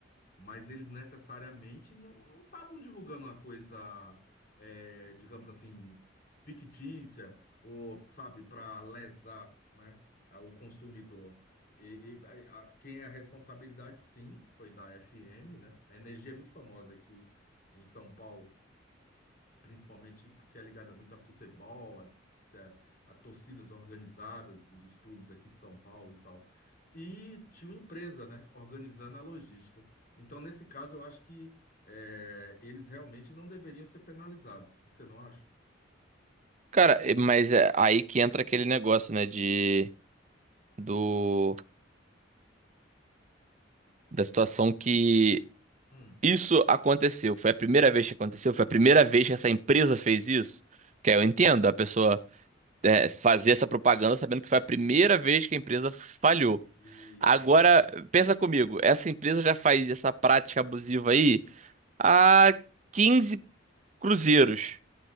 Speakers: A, on the left; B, on the right.
A: mas eles necessariamente não não estavam divulgando uma coisa, é, digamos assim, fictícia, ou, sabe, para lesar, né, a- o consumidor. E, e a- a- quem é a responsabilidade, sim, foi da FM, né? A Energia é muito famosa aqui em São Paulo principalmente porque é ligada muito a futebol, a, a- a torcidas organizadas do- dos clubes aqui de São Paulo e tal. E tinha uma empresa, né, organizando a logística. Então, nesse caso, eu acho que é, eles realmente não deveriam ser penalizados. Você não acha?
B: Cara, eh, mas é aí que entra aquele negócio, né, de do da situação que
A: Hum,
B: isso aconteceu. Foi a primeira vez que aconteceu, foi a primeira vez que essa empresa fez isso. Que aí eu entendo, a pessoa é, fazer essa propaganda sabendo que foi a primeira vez que a empresa falhou.
A: isso,
B: Agora,
A: exatamente.
B: pensa comigo, essa empresa já faz essa prática abusiva aí há 15 cruzeiros.